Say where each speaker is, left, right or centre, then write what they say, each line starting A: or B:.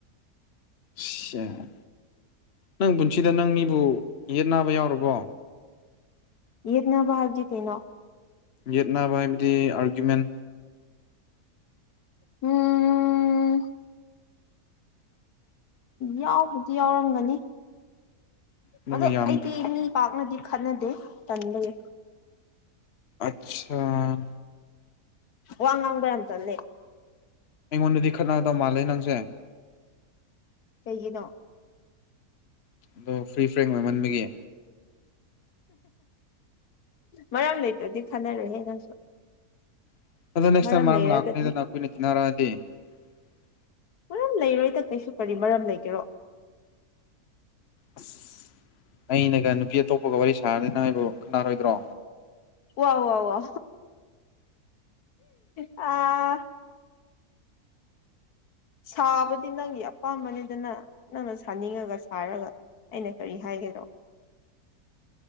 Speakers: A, on the left; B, on the left.
A: ꯁꯌꯦ ꯅꯪ ꯄꯨꯟꯁꯤꯗ ꯅꯪ ꯃꯤꯕꯨ ꯌꯦꯠ ꯅꯥꯕ ꯌꯥꯎꯔꯕꯣ
B: ꯌꯦꯠꯅꯕ ꯍꯥꯢꯕꯗꯤ ꯀꯩꯅꯣ
A: ꯌꯦꯠꯅꯥꯕ ꯍꯥꯏꯕꯗꯤ ꯑꯥꯔꯒ꯭ꯌꯨꯃꯦꯟ
B: ꯎꯝ ꯌꯥꯎꯕꯨꯗꯤ ꯌꯥꯎꯔꯝꯒꯅꯤ
A: ꯑꯗꯨꯝꯕ
B: ꯑꯗꯣ
A: ꯌꯥꯝ
B: ꯑꯩꯗꯤ ꯃꯤ ꯄꯥꯛꯅꯗꯤ ꯈꯠꯅꯗꯦ ꯇꯟꯕꯩ
A: ꯑꯆꯥꯥ
B: ꯋꯥ ꯉꯥꯡꯕ ꯌꯥꯝ ꯇꯜꯂꯦ
A: ꯑꯩꯉꯣꯟꯗꯗꯤ ꯈꯠꯅꯒꯗꯧ ꯃꯥꯜꯂꯦ ꯅꯪꯁꯦ
B: ꯀꯩꯒꯤꯅꯣ
A: ꯑꯗꯣ ꯐ꯭ꯔꯤ ꯐ꯭ꯔꯦꯡ ꯑꯣꯏꯃꯟꯕꯒꯤ
B: ꯃꯔꯝ ꯂꯩꯇꯗꯤ ꯈꯟꯅꯔꯣꯏꯍꯦ ꯅꯪꯁꯨ
A: <unintelligible>
B: ꯃꯔꯝ ꯂꯩꯔꯒꯗꯤ ꯃꯔꯝ ꯂꯩꯔꯣꯏꯗ ꯀꯩꯁꯨ ꯀꯔꯤ ꯃꯔꯝ ꯂꯩꯒꯦꯔꯣ
A: ꯑꯁ ꯑꯩꯅꯒ ꯅꯨꯄꯤ ꯑꯇꯣꯞꯄꯒ ꯋꯥꯔꯤ ꯁꯥꯔꯗꯤ ꯅꯪꯕꯨ ꯈꯠꯅꯔꯣꯏꯗꯔꯣ
B: ꯋꯥꯎ ꯋꯥ ꯋꯥ ꯑꯥ ꯁꯥꯕꯗꯤ ꯅꯪꯒꯤ ꯑꯄꯥꯝꯕꯅꯤꯗꯅ ꯅꯪꯅ ꯁꯥꯅꯤꯡꯉꯒ ꯁꯥꯔꯒ ꯑꯩꯅ ꯀꯔꯤ ꯍꯥꯏꯒꯦꯗꯣ